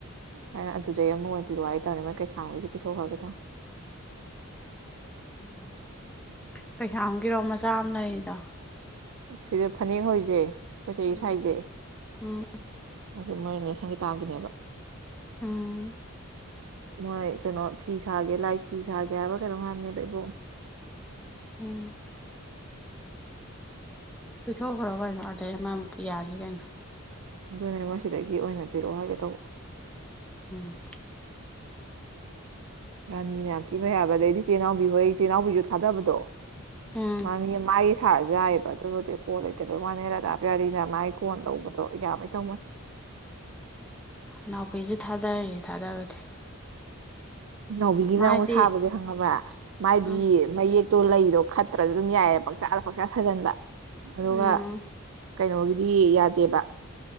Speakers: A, on the right; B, in the centre.
A: ꯍ ꯑꯗꯨꯗꯩ ꯑꯃꯨꯛ ꯑꯣꯏꯕꯤꯔꯣꯑꯣ ꯍꯥꯏꯇꯥꯔꯅꯦ ꯃꯣꯏ ꯀꯩꯁꯥꯃꯛꯩꯁꯦ ꯄꯤꯊꯣꯛꯈ꯭ꯔꯒꯦ ꯇꯥ
B: ꯎꯝ ꯀꯩꯁꯥꯝꯒꯤꯔꯣ ꯃꯆꯥ ꯑꯃ ꯂꯩꯔꯤꯗ
A: ꯁꯤꯗ ꯐꯅꯦꯛ ꯍꯧꯁꯦ ꯀꯆꯩ
B: ꯎꯝ
A: <inaudible> ꯁꯥꯏꯖꯦ
B: ꯎꯝ
A: ꯑꯁꯤ ꯃꯣꯏꯅꯦ ꯁꯪꯒꯤꯇꯥꯒꯤꯅꯦꯕ
B: ꯎꯝ
A: ꯃꯣꯏ ꯀꯩꯅꯣ ꯐꯤ ꯁꯥꯒꯦ ꯂꯥꯏ ꯐꯤ ꯁꯥꯒꯦ ꯍꯥꯏꯕ ꯀꯩꯅꯣꯝ ꯍꯥꯏꯕꯅꯦꯕ ꯏꯕꯣꯛ
B: ꯎꯝ ꯄꯤꯊꯣꯛꯈ꯭ꯔꯣ ꯀꯩꯅꯣ ꯑꯗꯩ ꯑꯃꯃꯨꯛ ꯄꯤ ꯌꯥꯅꯤ ꯀꯩꯅꯣ
A: ꯑꯗꯨꯅꯦꯕ ꯁꯤꯗꯒꯤ ꯑꯣꯏꯅ ꯄꯤꯔꯛꯑꯣ ꯍꯥꯏꯒꯦ ꯇꯧꯕ
B: ꯎꯝ
A: ꯔꯥꯅꯤꯅ ꯌꯥꯝ ꯊꯤꯕ ꯍꯥꯏꯕ ꯗꯩꯗꯤ ꯆꯦꯅꯥꯎꯕꯤꯍꯣꯏ ꯏꯆꯦ ꯅꯥꯎꯕꯤꯁꯨ ꯊꯥꯗꯕꯗꯣ
B: ꯎꯝ
A: ꯃꯥꯃꯤ ꯃꯥꯒꯤ ꯁꯥꯜ ꯌꯥꯏꯑꯕ ꯑꯗꯨꯕꯨꯗꯤ ꯀꯣꯟ ꯂꯩꯇꯕꯩ ꯋꯥꯅꯦ ꯔꯥꯗꯥꯕ ꯌꯥꯔꯤꯅ ꯃꯥꯒꯤ ꯀꯣꯟ ꯂꯧꯕꯗꯣ ꯌꯥꯕꯩ ꯇꯧꯕꯃꯅꯦ
B: ꯅꯥꯎꯄꯤꯁꯨ ꯊꯥꯗꯔꯤꯌꯦ ꯊꯥꯗꯕꯗꯤ
A: ꯅꯥꯎꯕꯤꯒꯤꯅ
B: ꯃꯥꯗꯤ
A: ꯑꯃꯨꯛ ꯁꯥꯕꯁꯦ ꯈꯪꯉꯕ꯭ꯔꯥ ꯃꯥꯗꯤ
B: ꯎꯝ
A: ꯃꯌꯦꯛ ꯇꯣ ꯂꯩꯗꯣ ꯈꯠꯇ꯭ꯔꯁꯨ ꯑꯗꯨꯝ ꯌꯥꯏꯑ ꯄꯥꯛꯆꯆꯥꯗ ꯄꯥꯛꯆꯆꯥ ꯁꯥꯖꯟꯕ ꯑꯗꯨꯒ
B: ꯎꯝ
A: ꯀꯩꯅꯣꯒꯤꯗꯤ ꯌꯥꯗꯦꯕ